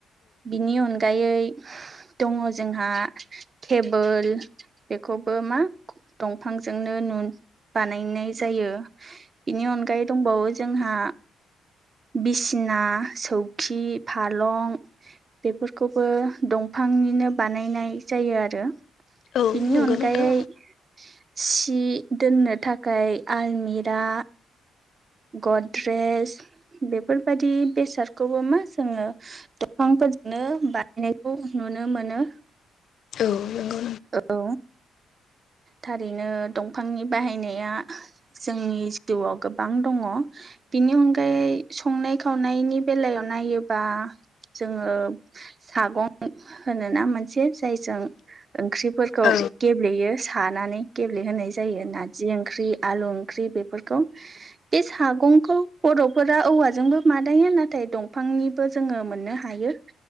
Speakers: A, on the right; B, on the left.
A: बिनि अनगायै दङ जोंहा टेबोल बेखौबो मा दंफांजोंनो नु बानायनाय जायो बिनि अनगायै दंबावो जोंहा बिसि सिना सौखि फालं बेफोरखौबो दंफांनिनो बानायनाय जायो आरो
B: औ
A: बिनि
B: नंगौ
A: अनगायै
B: नोंथां
A: सि दोननो थाखाय आलमिरा गद्रेेज बेफोरबायदि बेसादखौबो मा जोङो दंफांफोरजोंनो बानायनायखौ नुनो मोनो
B: औ नोंगौ
A: औ थारैनो दंफांनि बाहायनाया जोंनि जिउआव गोबां दङ बिनि अनगायै संनाय संनाय खावनायनि बेलायाव नायोबा जोङो सागं होनो ना मोनसे जायजों ओंख्रिफोरखौ
B: औ
A: गेब्लेयो सानानै गेब्लेहोनाय जायो नारजि ओंख्रि आलु ओंख्रि बेफोर खौ बे सागंखौ बर'फोरा औवाजोंबो मादायो नाथाय दंफांनिबो जोङो मोननो हायो